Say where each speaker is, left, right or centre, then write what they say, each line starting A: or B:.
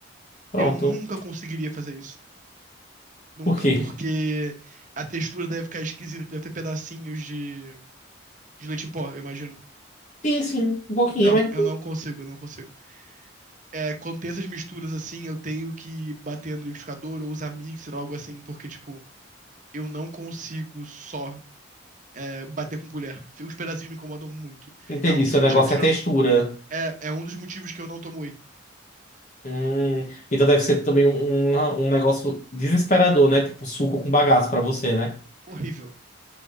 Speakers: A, on the left (about 40°); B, on the right (about 40°).
A: Pronto.
B: Eu nunca conseguiria fazer isso. Nunca.
A: Por quê?
B: Porque a textura deve ficar esquisita, deve ter pedacinhos de, de leite em pó, eu imagino.
A: E assim, um pouquinho,
B: Então,
A: né?
B: eu não consigo, eu não consigo. é, quando tem essas misturas assim, eu tenho que bater no liquidificador ou usar mixer ou algo assim, porque, tipo, eu não consigo só é, bater com colher. Os pedacinhos me incomodam muito.
A: Entendi,
B: É um dos
A: seu
B: motivos
A: negócio
B: que
A: é textura.
B: eu não, é, é um dos motivos que eu não tomo whey.
A: Hum, então deve ser também um, um, um negócio desesperador, né? Tipo suco com bagaço pra você, né?
B: Horrível.